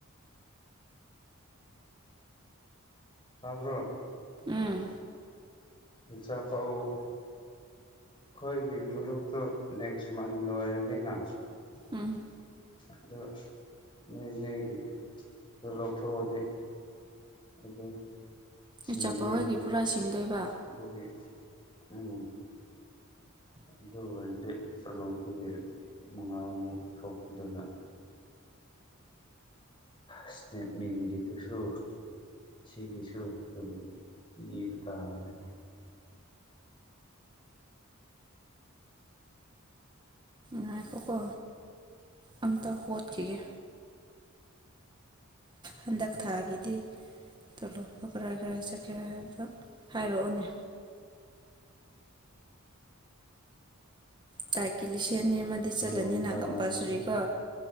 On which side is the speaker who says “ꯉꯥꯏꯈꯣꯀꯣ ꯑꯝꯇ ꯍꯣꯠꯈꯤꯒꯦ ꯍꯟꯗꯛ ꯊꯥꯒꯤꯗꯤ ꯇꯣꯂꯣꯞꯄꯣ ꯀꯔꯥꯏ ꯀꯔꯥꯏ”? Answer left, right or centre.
Right